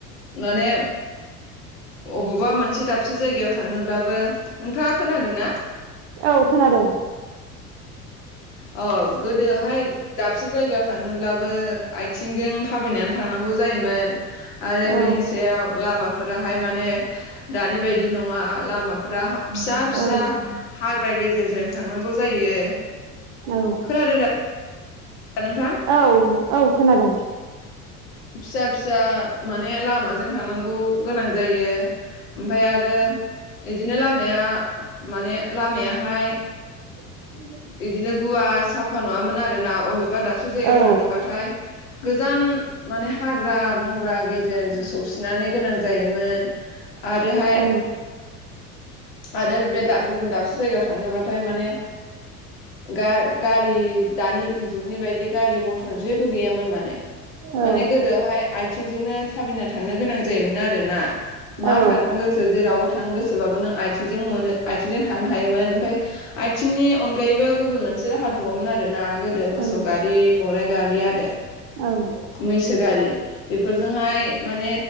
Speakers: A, on the left (about 60°); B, on the right (about 50°).
A: माने अबाव बा मोनसे दाबसे जायगायाव थांनोब्लाबो नोंथाङा खोनादों ना
B: औ खोनादों।
A: अ गोदोहाय दाबसे जायगायाव थांनोब्लाबो आयथिंजों थाबायनानै थांनांगौ जायोमोन। आरो बिनि
B: औ
A: सायाव लामाफोराहाय माने दानि बायदि नङा लामाफोराहा फिसा फिसा
B: औ
A: हाग्रा गेजेरजों थांनांगौ गौ जायो।
B: औ।
A: खोनादों दा नोंथां
B: औ औ खोनादों।
A: फिसा फिसा माने लामाजों थांनांगौ गोनां जायो ओमफाय आरो इदिनो लामाया माने लामायाहाय
B: <inaudible>
A: इदिनो गुवार साफा नङामोन आरो ना अबेबा दाबसे जायगायाव
B: औ
A: थांनोबाथाय गोजान माने हाग्रा बंग्रा गेजेरजो सौसिनानै गोनां जायोमोन। आरोहाय
B: औ
A: आरो बे दा गुबुन दाबसे जायगायाव थांनोबाथाय माने गा-गारि दानिब जुगनि बायदि गारि मथर जेबो गैयामोन माने।
B: औ
A: माने गोदोहाय आयथिंजोंनो थाबायना थांनो गोनां जायोमोन आरो ना
B: औ
A: मा थां गोसो जेराव आबाव थांनो गोसोबाबो नों आयथिंजों मोनो आयथिंजों थांनो हायोमोन ओमफाय आयथिंनि अनगायैबो गुब गुबुन मोनसे राहा दंबावोमोन आरो ना गोदो मोसौ
B: औ
A: गारि गराइ गारि आरो
B: औ
A: मैसो गारि बेफोरजोंहाय माने